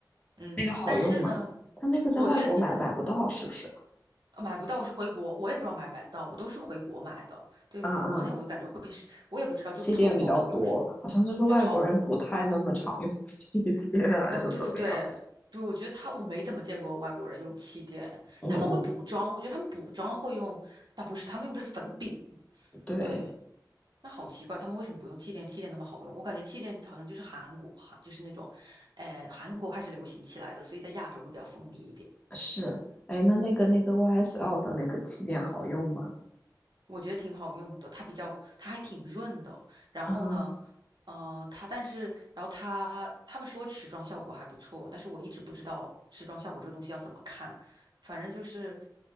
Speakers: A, on the right; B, on the left.
A: 嗯，
B: 那个好用吗？
A: 但是呢，
B: 它那个在外国买买不到，
A: 我觉得那个
B: 是不是？
A: 呃买不到我是回国，我也不知道买不买得到，我都是回国买的。对，
B: 啊啊，
A: 国内我就感觉会是，我也不知道，就淘宝有时
B: 气垫比较多，好像就是外国人不太那么常用
A: 对淘，
B: <laughs> 气垫啊，还是怎么样？
A: 哦，对对对对，我觉得他我没怎么见过外国人用气垫，
B: 嗯嗯。
A: 他们会补妆，我觉得他们补妆会用，但不是，他们用的是粉饼。
B: 对，
A: 对，那好奇怪，他们为什么不用气垫？气垫那么好用，我感觉气垫好像就是韩国，韩就是那种，呃，韩国开始流行起来的，所以在亚洲会比较风靡一点。
B: 是，哎，那那个那个 YSL 的那个气垫好用吗？
A: 我觉得挺好用的，它比较，它还挺润的。然后呢，
B: 啊，
A: 呃，它但是，然后它他们说持妆效果还不错，但是我一直不知道持妆效果这个东西要怎么看。反正就是，